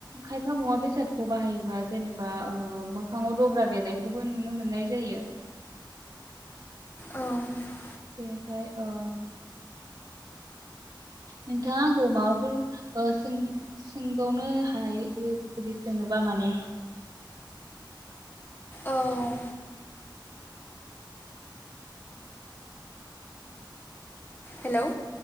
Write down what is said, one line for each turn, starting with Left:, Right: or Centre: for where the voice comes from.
Right: खायफा मुवा बेसादखौ बाहायोबा जेनेबा ओ मो खांआव दब्रा बेरनायखौबो नुनो मोननाय जायो
Left: औ
Right: बेनिफाय ओ नोंथाङा आंखौ माबाफोर ओ सों सोंबावनो हायो जुदि सोङोबा माने
Left: औ हेलौ